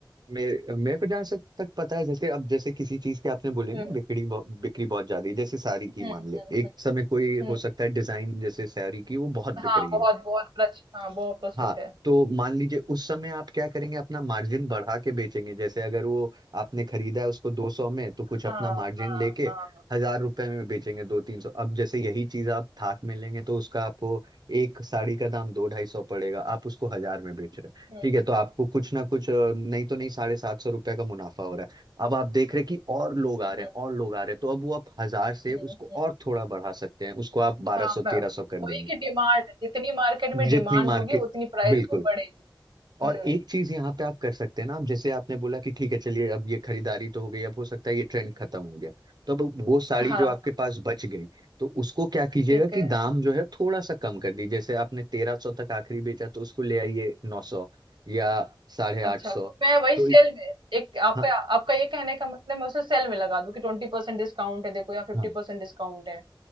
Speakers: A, on the right; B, on the right.
A: मेरे मेरे को जहाँ तक तक पता है जैसे अब जैसे किसी चीज के आपने बोले
B: हुँ,
A: ना बिक्री बहु- बिक्री बहुत ज्यादा है जैसे साड़ी
B: हुँ,
A: की मान
B: हुँ,
A: ले एक
B: हुँ,
A: समय कोई
B: हुँ।
A: हो सकता है डिजाइन जैसे साड़ी की वो बहुत
B: हाँ,
A: बिक रही
B: बहुत
A: है
B: बहुत प्रच हाँ, बहुत प्रचलित
A: हाँ
B: है।
A: तो मान लीजिए उस समय आप क्या करेंगे अपना मार्जिन बढ़ा के बेचेंगे जैसे अगर वो आपने खरीदा है उसको 200 में तो कुछ अपना
B: हाँ,
A: मार्जिन
B: हाँ,
A: लेके
B: हाँ।
A: हजार रुपए में बेचेंगे दो तीन सौ अब जैसे यही चीज आप थाक में लेंगे तो उसका आपको एक साड़ी का दाम दो ढाई सौ पड़ेगा आप उसको हजार में बेच रहे हैं
B: हुँ,
A: ठीक है तो आपको कुछ ना कुछ अ, नहीं तो नहीं साढ़े सात सौ रुपए का मुनाफा हो रहा है अब आप देख रहे हैं कि और लोग आ
B: हुँ,
A: रहे हैं और लोग आ रहे हैं तो अब वो आप हजार से
B: हुँ,
A: उसको
B: हुँ।
A: और थोड़ा बढ़ा सकते हैं उसको आप बारह
B: हाँ,
A: सौ तेरह
B: मैं
A: सौ कर
B: वही
A: देंगे
B: कि डिमांड जितनी मार्केट में डिमांड
A: जितनी मार्केट
B: होगी उतनी प्राइस
A: बिल्कुल
B: वो बढ़ेगी।
A: और
B: हुँ,
A: एक चीज यहाँ पे आप कर सकते हैं ना आप जैसे आपने बोला कि ठीक है चलिए अब ये खरीदारी तो हो गई अब हो सकता है ये ट्रेंड खत्म हो गया तो अब वो साड़ी
B: हाँ,
A: जो आपके
B: हाँ,
A: पास बच गई तो उसको क्या कीजिएगा
B: ठीक है।
A: कि दाम जो है थोड़ा सा कम कर दीजिए जैसे आपने तेरह सौ तक आखिरी बेचा तो उसको ले आइए नौ सौ या साढ़े आठ
B: अच्छा,
A: सौ
B: तो मैं वही
A: तो
B: सेल
A: इ-
B: में एक आपका
A: हाँ
B: आपका ये कहने का मतलब मैं उसे सेल में लगा दूँ कि 20% डिस्काउंट है देखो या 50%
A: हाँ
B: डिस्काउंट है।